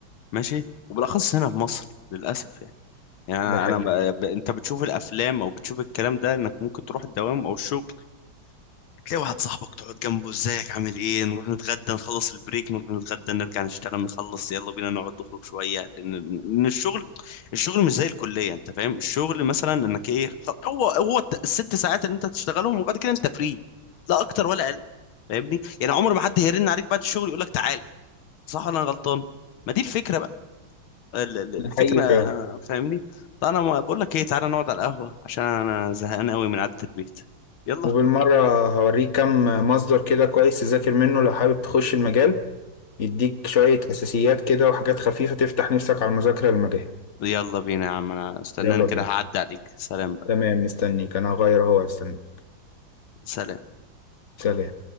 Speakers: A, on the left; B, on the left.
A: ماشي وبالاخص هنا في مصر للاسف يعني يعني انا
B: ده حقيقي
A: انا ب... ب... انت بتشوف الافلام او بتشوف الكلام ده انك ممكن تروح الدوام او الشغل تلاقي واحد صاحبك تقعد جنبه ازيك عامل ايه نروح نتغدى نخلص البريك نروح نتغدى نرجع نشتغل نخلص يلا بينا نقعد نخرج شويه لان لأن الشغل الشغل مش زي الكليه انت فاهم الشغل مثلا انك ايه خ- هو هو الت- الست ساعات اللي انت هتشتغلهم وبعد كده انت فري لا اكتر ولا اقل فاهمني يعني عمر ما حد هيرن عليك بعد الشغل يقول لك تعال صح ولا انا غلطان ما دي الفكره بقى ال- ال- الفكره
B: ده حقيقي فعلا
A: فاهمني طب انا ما- بقول لك ايه تعالى نقعد على القهوه عشان انا زهقان قوي من قعده البيت يلا
B: وبالمرة هوريك كم مصدر كده كويس تذاكر منه لو حابب تخش المجال يديك شوية أساسيات كده وحاجات خفيفة تفتح نفسك على المذاكرة المجال
A: يلا بينا يا عم انا استناني
B: يلا
A: كده
B: بينا
A: هعدي عليك سلام بقى
B: تمام مستنيك أنا هغير أهو استنيك
A: سلام
B: سلام